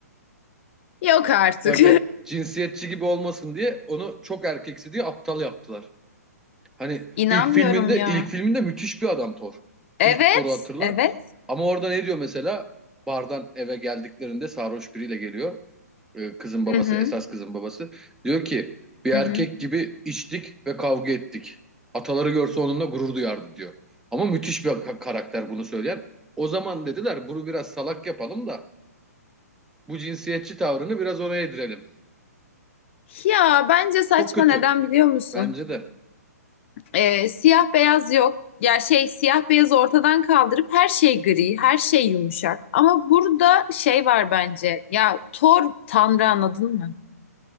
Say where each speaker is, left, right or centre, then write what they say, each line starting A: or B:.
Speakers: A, on the left (about 45°); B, in the centre.
A: Yok artık.
B: Tabii cinsiyetçi gibi olmasın diye onu çok erkeksi diye aptal yaptılar. Hani
A: <laughs> İnanmıyorum
B: ilk filminde
A: ya.
B: ilk filminde müthiş bir adam Thor.
A: Evet,
B: İlk Thor'u hatırla.
A: evet.
B: Ama orada ne diyor mesela? Bardan eve geldiklerinde sarhoş biriyle geliyor. Ee, Kızın babası,
A: Hı hı,
B: esas kızın babası. Diyor ki bir erkek
A: hı hı.
B: gibi içtik ve kavga ettik. Ataları görse onunla gurur duyardı diyor. Ama müthiş bir ka- karakter bunu söyleyen. O zaman dediler bunu biraz salak yapalım da bu cinsiyetçi tavrını biraz ona yedirelim.
A: Ya bence saçma
B: Çok kötü
A: neden biliyor musun?
B: bence de.
A: Ee, siyah beyaz yok. Ya şey siyah beyaz ortadan kaldırıp her şey gri, her şey yumuşak. Ama burada şey var bence. Ya Thor Tanrı anladın mı?